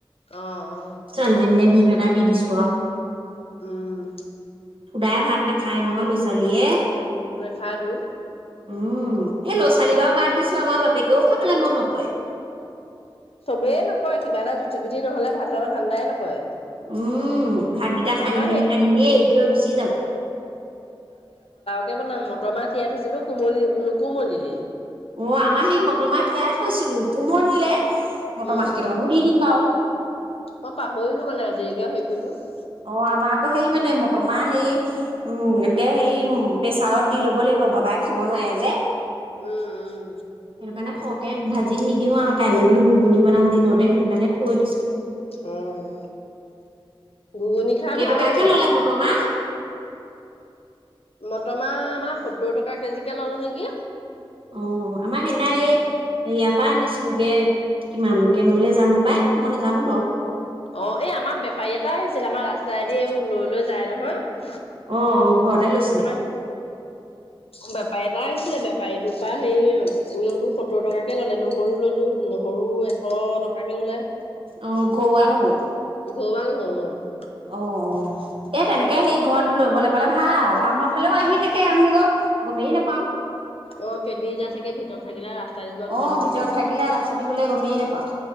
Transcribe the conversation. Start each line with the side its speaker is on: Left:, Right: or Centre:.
Left: অ অ
Right: চল দিলে <unintelligible> দিি ম দ দিি দি <unintelligible> ছোৱা
Left: উম।
Right: খুদাই ভাত নাখায় নহয় ল'ৰা ছোৱালীয়ে।
Left: নেখায়'তু।
Right: উম, এই ল'ৰা ছোৱালী বাৰু বাদ দিছো, আমাৰ বাপেকেও খাবলৈ মন নকৰে।
Left: চবেই নকয়, কিবা এটা জু টিভিটি নহ'লে ভাতৰ ধান্দাই নকৰে।
Right: উম, ভাতকেইটা খান্ি
Left: আমাৰ
Right: খান্ি
Left: সেই
Right: খান্ি, এনেই থৈ গুচি যাব।
Left: তে বনাম, মটৰ মাহ তিয়াই থৈছিলো, কোমলি নুকোমলিলেই।
Right: অঁ আমাৰ সেই মটৰমাহ তিয়াই থৈছিলো, কোমলিলে। মটৰ
Left: উম,
Right: মাহ কেইটামানো দি দিম বাৰু।
Left: মই পাহৰিলো মানে আজৰিকে হৈ কৰিবো <unintelligible>
Right: অঁ আমাৰ আকৌ সেই মানে মটমা হেই, উম, এনেকে হেৰি, প্ৰেছাৰত দি লব লাগিব, বাবাই খাব নোৱাৰে যে। সেইটো
Left: উম,
Right: কাৰণে শখ তাকে ভাজি নিদিও আৰু, কাইলৈ বোলো ঘুগুনি বনাম দিনতে, সেইটো কাৰণে থৈ দিছো।
Left: অঁ। ঘুগুনি খাই
Right: কেইটকাকে
Left: ভাল লাগে।
Right: ললে মটৰ মাহ
Left: মটৰমাহ আমাৰ সত্তৰ টকা কেজিকে ললো নেকি।
Right: অঁ, আমাৰ সেদিনা এই, হেইয়াৰ পৰা আনিছিলগে, কিমানকে ললে জানো পাই, মই নেজানো বাৰু।
Left: অঁ এই আমাৰ বেপাৰী এটাই আহিছিল, আমাৰ ৰাস্তাইদি এইবোৰ লৈ লৈ যায় নহয়।
Right: অ' অ' ঘৰতে লৈছিলে?
Left: আমাৰ বেপাৰী এটা আহিছিলে, বেপাৰীটোৰ পৰা হেৰি ললো সত্তৰ টকাকে ললে, নহৰু ললো, নহৰু এশ টকাকে ললে
Right: অঁ ঘউৱা নহউ?
Left: ঘৰুৱা নহউ, অঁ।
Right: অ'-অ', এ তেনেকে সেই ঘৰত লবলৈ পালে ভাল, আমাৰ ফালেও আহি থাকে আমি ক গমেই নাপাওঁ।
Left: অঁ কেইদিন যায় চাগে ভিতৰত থাকিলে ৰাস্তাদি যোৱা গমেই
Right: অ
Left: নোপোৱা
Right: ভিতৰত
Left: চাগে।
Right: থাকিলে ৰাস্তাদি গলে গমেই নাপাওঁ